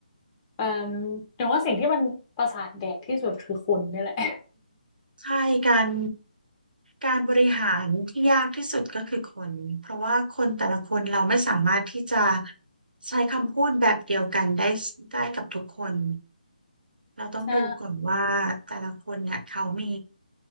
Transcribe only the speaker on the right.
ใช่การการบริหารที่ยากที่สุดก็คือคนเพราะว่าคนแต่ละคนเราไม่สามารถที่จะใช้คำพูดแบบเดียวกันได้ได้กับทุกคน
เราต้องดูก่อนว่าแต่ละคนเนี่ยเขามี